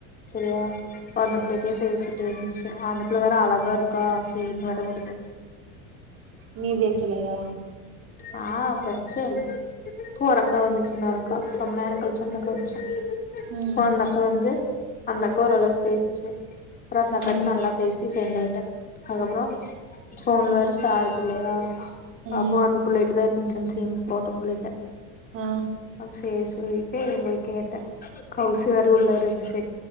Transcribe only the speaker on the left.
செரியா இப்ப அந்த புள்ளைட்டே பேசிட்டு இருந்ச்சு அந்த புள்ள வேற அழகா இருக்கா சீன் வேர விடுது
நா பேசுவே இல்ல பூ ஓரக்கா வந்துச்சு இன்னோர் அக்கா ரொம்ப நேர கழ்ச்சி அந்த கான்சு
பா அந்த அக்கா வந்து அந்த அக்கா ஓரளவுக்கு பேசிச்சு அப்புற அந்த அக்கா
நல்லா பேசி ஃப்ரண்டு ஆயிட்ட அதுக்கப்பறோ போன்ல வேற சார்ஜ் இல்லயா
அப்போ அந்த புள்ள ட்ட தா இருந்ச்சு அன் சீன் போட்ட புள்ளைட்ட
அ சேர் சொல்லிட்டு போய் கேட்ட கவ்சி வேர உள்ள இருன்ச்சு